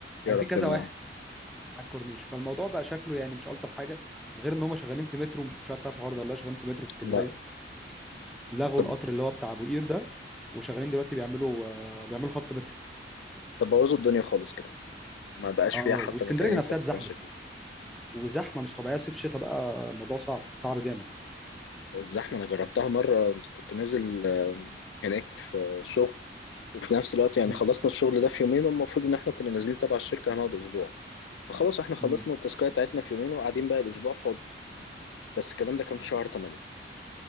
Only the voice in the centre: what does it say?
هيبقى
في كذا واحد على الكورنيش فالموضوع بقى شكله يعني مش الطف حاجه غير ان هم شغالين في مترو مش عارف تعرف الحوار ده ولا لا شغالين في مترو في اسكندريه
لغوا
القطر اللي هو بتاع ابو قير ده وشغالين دلوقتي بيعملوا آه، بيعملوا خط مترو
اه
واسكندريه
نفسها
اتزحمت
وزحمه مش طبيعيه صيف شتاء بقى الموضوع صعب صعب جامد
امم
امم